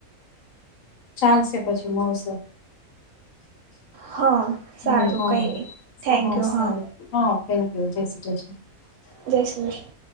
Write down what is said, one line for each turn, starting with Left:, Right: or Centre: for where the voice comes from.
Left: ચાલશે પછી મળશે
Right: હા
Left: હમ
Right: સારું
Left: હા
Right: કંઈ નહીં
Left: સા
Right: થેન્ક યુ હા
Left: સારું હા થેન્કયુ જય શ્રી કૃષ્ણ
Right: જય સી ક્રિષ્ના